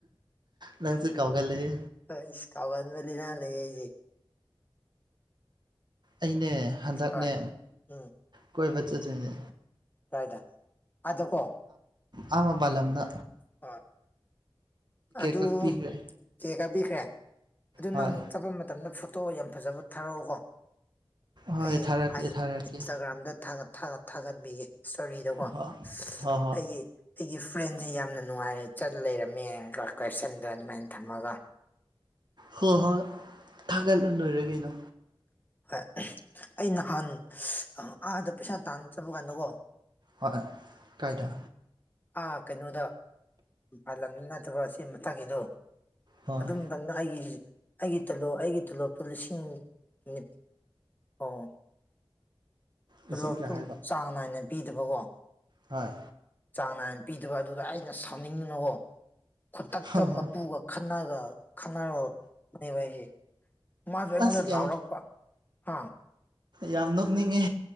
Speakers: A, on the right; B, on the left.
A: ꯅꯪꯁꯨ ꯀꯥꯎꯒꯂꯦꯍꯦ
B: ꯑ ꯏꯁ ꯀꯥꯎꯒꯟꯕ ꯂꯩꯅ ꯂꯩꯌꯦ ꯑꯩꯗꯤ
A: ꯑꯩꯅꯦ ꯍꯟꯗꯛꯅꯦ
B: ꯍꯣꯏ ꯎꯝ
A: ꯀꯣꯏꯕ ꯆꯠꯇꯣꯏꯅꯦ
B: ꯀꯥꯏꯗ ꯑꯗꯀꯣ
A: ꯑꯥ ꯃꯄꯥꯜꯂꯝꯗ
B: ꯑ ꯑꯗꯨ
A: ꯀꯛꯄꯤꯈ꯭ꯔꯦ
B: ꯀꯦꯀꯌꯥ ꯄꯤꯈ꯭ꯔꯦ ꯑꯗꯨ
A: ꯍꯣꯏ
B: ꯅꯪ ꯆꯠꯄ ꯃꯇꯝꯗ ꯐ ꯇꯣ ꯌꯥꯝ ꯐꯖꯕ ꯊꯥꯔꯛꯑꯣꯀꯣ
A: ꯍꯣꯏ
B: ꯑꯩ
A: ꯊꯥꯔꯛꯀꯦ ꯊꯥꯔꯛꯀꯦ
B: ꯏꯟ꯭ꯁꯇꯥꯒ꯭ꯔꯥꯝꯗ ꯊꯥꯒꯠ ꯊꯥꯒꯠ ꯊꯥꯒꯠꯄꯤꯒꯦ ꯏꯁꯇꯣꯔꯤꯗꯀꯣ
A: ꯍꯣꯏ ꯍꯣꯏ ꯍꯣꯏ
B: ꯑꯩꯒꯤ ꯑꯩꯒꯤ ꯐ꯭ꯔꯦꯟꯁꯦ ꯌꯥꯝꯅ ꯅꯨꯡꯉꯥꯏꯔꯦ ꯆꯠꯂ ꯂꯩꯔꯝꯃꯦꯒ ꯀꯣꯏꯁꯟꯗ ꯑꯗꯨꯃꯥꯏꯅ ꯊꯝꯃꯒ
A: ꯍꯣꯏ ꯍꯣꯏ ꯊꯥꯒꯠꯂ ꯂꯣꯏꯔ ꯀꯅꯣ
B: ꯍꯣꯏ ꯑꯩ ꯅꯍꯥꯟ ꯑꯥꯗ ꯄꯩꯁꯥ ꯇꯥꯟꯅ ꯆꯠꯄ ꯀꯥꯟꯗꯀꯣ
A: ꯍꯣꯏ ꯀꯥꯏꯗ
B: ꯑꯥ ꯀꯩꯅꯣꯗ ꯄꯥꯜꯂꯝꯅꯤ ꯅꯠꯇꯕ ꯑꯁꯤ ꯃꯊꯪꯒꯤꯗꯣ
A: ꯍꯣꯏ
B: ꯑꯗꯨ ꯃꯇꯝꯗ ꯑꯩꯒꯤ ꯑꯩꯒꯤ ꯇꯣꯂꯣꯞ ꯑꯩꯒꯤ ꯇꯣꯂꯣꯞꯇꯨ ꯂꯤꯁꯤꯡ ꯃꯤꯠ ꯑꯣ ꯇꯣꯂꯣꯞꯇꯨꯝ
A: ꯂꯤꯁꯤꯡ ꯀꯌꯥ ꯍꯥꯏꯕ
B: ꯆꯥꯡ ꯅꯥꯏꯅ ꯄꯤꯗꯕꯀꯣ
A: ꯍꯣꯏ
B: ꯆꯥꯡ ꯅꯥꯏꯅ ꯄꯤꯗꯕ ꯑꯗꯨꯗ ꯑꯩꯅ ꯁꯥꯎꯅꯤꯡꯉꯤꯅꯀꯣ ꯈꯨꯟꯗꯛꯇ
A: ꯍꯣꯏ ꯍꯣꯏ
B: ꯃꯄꯨꯒ ꯈꯟꯅꯒ ꯈꯟꯅꯔꯛꯄꯅꯦꯕ ꯑꯩꯒꯤ ꯃꯥꯁꯨ ꯑꯩꯉꯣꯟꯗ
A: ꯑꯁ ꯌꯥꯝ
B: ꯂꯥꯎꯔꯛꯄ ꯍꯥꯥ
A: ꯌꯥꯝ ꯅꯣꯛꯅꯤꯡꯉꯦ